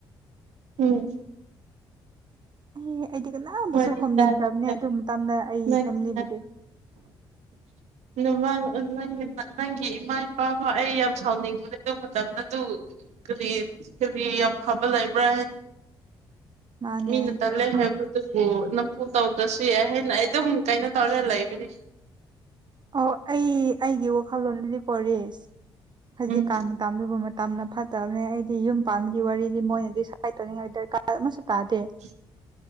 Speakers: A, on the right (about 70°); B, on the right (about 40°).
A: ꯎꯝ
B: ꯑꯦ ꯑꯩꯗꯤ ꯀꯅꯥꯕꯨꯁꯨ
A: ꯋꯥꯔꯤ
B: ꯈꯨꯝꯅꯤꯡꯗ꯭ꯔꯕꯅꯦ
A: ꯇꯥꯔꯒ
B: ꯑꯗꯨ ꯃꯇꯝꯗ ꯑꯩ
A: ꯅꯪꯒꯤꯅ
B: ꯐꯦꯃꯤꯂꯤꯕꯨꯗꯤ
A: <inaudible> <unintelligible> ꯀꯔꯤ ꯀꯔꯤ ꯌꯥꯝ ꯐꯕ ꯂꯩꯕ꯭ꯔꯥ ꯍꯥꯏꯅ
B: ꯃꯥꯅꯦ
A: ꯃꯤꯅ ꯇꯜꯂꯦ ꯍꯥꯏꯕ ꯑꯗꯨꯕꯨ ꯅꯝꯐꯨ ꯇꯧꯗ꯭ꯔꯁꯨ ꯌꯥꯏ ꯍꯥꯏꯅ ꯑꯩ ꯑꯗꯨꯝ ꯀꯩꯅꯣ ꯇꯧꯔꯒ ꯂꯩꯕꯅꯤ
B: ꯑꯣ ꯑꯩ ꯑꯩꯒꯤ ꯋꯥꯈꯜꯂꯣꯟꯗꯗꯤꯀꯣ ꯔꯤꯁ ꯍꯧꯖꯤꯛꯀꯥꯟ
A: ꯎꯝ
B: ꯇꯥꯝꯕꯤꯕ ꯃꯇꯝꯗ ꯐꯠꯇꯕꯅꯦ ꯑꯩꯗꯤ ꯌꯨꯝ ꯄꯥꯟꯕꯒꯤ ꯋꯥꯔꯤꯗꯤ ꯃꯣꯏꯅ ꯗꯤꯁꯥꯏꯠ ꯇꯧꯅꯤꯡꯉꯥꯏ ꯗꯔꯀꯥꯔ ꯑꯃꯁꯨ ꯇꯥꯗꯦ
A: <inaudible>